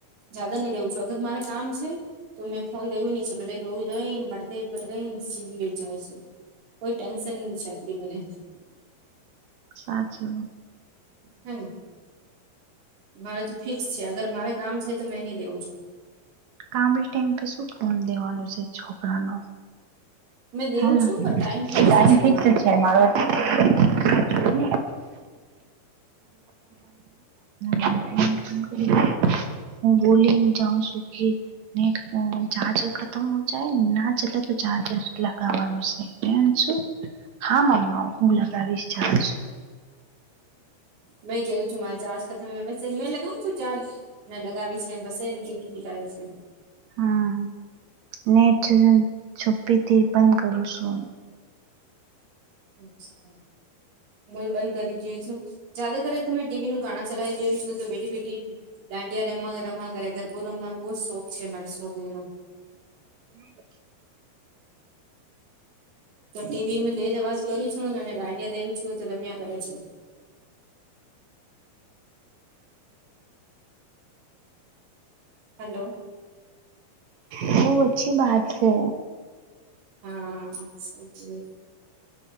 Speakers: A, on the right; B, on the right.
A: જદા નહી દેવું છું અગર મારે કામ છે. તો મેં ફોન દેવું હી છે, ભલે રો રહી ને પટકાઈ પટકાઈને સીલી ગઈ જાય છે. કોઈ ટેન્શન ના છે મને.
B: સાચુ.
A: હે ને મારે તો ફિક્સ છે અગર મારે કામ છે તો મે નઈ દેવું છુ.
B: કામડી ટાઈમ પ શું ફોન દેવાનું છે છોકરા ન.
A: મેં દેવું
B: હે
A: છું પણ ટાઈમ ફિક્સ
B: એ ગાડી
A: છે
B: ઠીક છે. મારો <inaudible> પંદ મ કરી હું બોલીને જાઉ છુ. કે નેટ ચાર્જર ખતમ હો જાય ના ચલે તો ચાર્જર લગાવવાનું છે. હા મમ્મા હું લગાવી ચાર્જ.
A: મેં કેવું છું મારે ચજકા ત વ્યવસ્થાય મેં લગાવું છુ. ચારજ ને લગાવી પછી બ એમ નિકાડે છે.
B: હા નેટ છુપ્પી થી પણ કરું છુ.
A: અચ્છા હું એ બંધ કરી દ છુ. જદા કરરે તમે ટીવી નું ગાણા ચલાવી દું છુ. તો બેટી બેટી દાંડિયા રમવા રમા કરે ગરબું રમવાનો બહુ જ શોખ છે. મારે સોકરી નુ.
B: <inaudible>
A: તો ટીવી તેજ અવાજ કરું છું ને અને દાંડિયા દેવું છું તો રમ્યા કરે છે. હલો.
B: બહ અચ્છી વાત છે.
A: હા છે.